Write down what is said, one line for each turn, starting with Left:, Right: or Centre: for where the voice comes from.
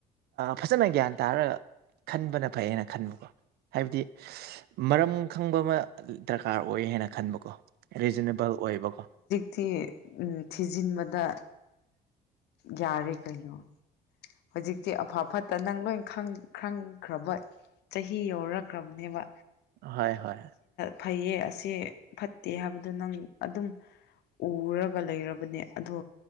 Right: ꯐꯖꯅ ꯒ꯭ꯌꯥꯟ ꯇꯥꯔꯒ ꯈꯟꯕꯅ ꯐꯩ ꯍꯥꯏꯅ ꯈꯟꯕꯀꯣ ꯍꯥꯏꯕꯗꯤ ꯃꯔꯝ ꯈꯪꯕ ꯑꯃ ꯗꯔꯀꯥꯔ ꯑꯣꯏ ꯍꯥꯏꯅ ꯈꯟꯕ ꯀꯣ ꯔꯤꯖꯅꯦꯕꯜ ꯑꯣꯏꯕ ꯀꯣ
Left: ꯇꯤ ꯎꯝ ꯊꯤꯖꯤꯟꯕꯗ ꯌꯥꯔꯦ ꯀꯩꯅꯣ ꯍꯧꯖꯤꯛꯇꯤ ꯑꯐ ꯐꯠꯇ ꯅꯪ ꯂꯣꯏ ꯈꯪ ꯈꯪꯈ꯭ꯔꯕ ꯆꯍꯤ ꯌꯧꯔꯛ ꯈ꯭ꯔꯕꯅꯦꯕ
Right: ꯍꯣꯏ ꯍꯣꯏ
Left: ꯐꯩꯌꯦ ꯑꯁꯤ ꯐꯠꯇꯦ ꯍꯥꯏꯕꯗꯨ ꯅꯪ ꯑꯗꯨꯝ ꯎꯔꯒ ꯂꯩꯔꯕꯅꯦ ꯑꯗꯣ